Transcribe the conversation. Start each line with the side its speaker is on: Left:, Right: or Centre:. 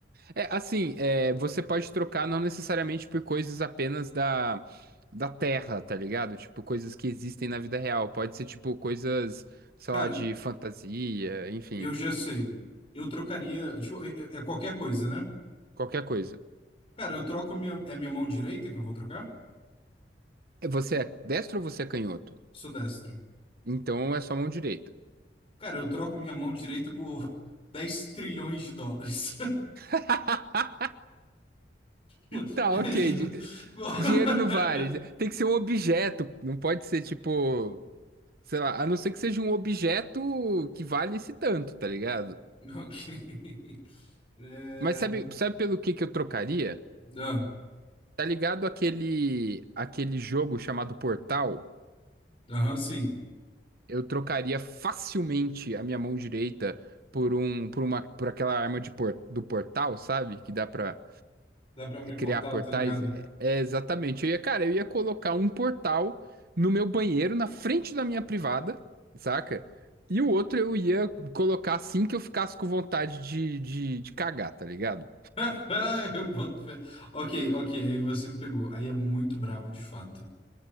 Right: É, assim, é, você pode trocar não necessariamente por coisas apenas da, da Terra, tá ligado? Tipo, coisas que existem na vida real. Pode ser, tipo, coisas, sei
Left: Cara,
Right: lá, de fantasia, enfim,
Left: eu já sei. Eu trocaria. Tipo, é, é- é qualquer coisa, né?
Right: qualquer coisa.
Left: Cara, eu troco minha. É minha mão direita que eu vou trocar?
Right: É, Você é destro ou você é canhoto?
Left: Sou destro.
Right: Então é só mão direita.
Left: Cara, eu troco minha mão direita por <laughs> dez trilhões de dólares.
Right: <laughs>
Left: <laughs>
Right: Tá, ok. di- Dinheiro não vale.
Left: <laughs>
Right: Tem que ser um objeto. Não pode ser, tipo, sei lá, a não ser que seja um objeto que vale esse tanto, tá ligado?
Left: Ok. <laughs> É...
Right: Mas sabe, sabe pelo que que eu trocaria?
Left: Ah,
Right: Tá ligado aquele aquele jogo chamado Portal?
Left: aham, sim.
Right: Eu trocaria facilmente a minha mão direita por um por uma por aquela arma de por, do portal, sabe? Que dá pra
Left: Dá pra abrir
Right: criar
Left: portal,
Right: portais.
Left: tá ligado?
Right: É, é exatamente. Eu ia, cara, eu ia colocar um portal no meu banheiro, na frente da minha privada, saca? E o outro eu ia colocar assim que eu ficasse com vontade de, de, de cagar, tá ligado?
Left: <laughs> Eu boto fé. Ok, ok, aí você me pegou. Aí é muito brabo, de fato.